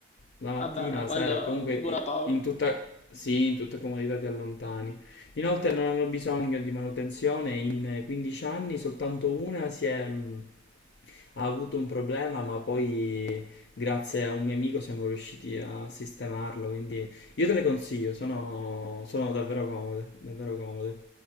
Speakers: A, on the left; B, on the left.
A: la mattina,
B: Vabbè, ma
A: la
B: quello
A: sera, e comunque i-
B: dura poco,
A: in tutta, sì, in tutta comodità ti allontani. Inoltre non hanno bisogno di manutenzione. In 15 anni soltanto una si è... mh, ha avuto un problema, ma poi grazie a un mio amico siamo riusciti a sistemarlo, quindi io te le consiglio, sono, sono davvero comode, davvero comode.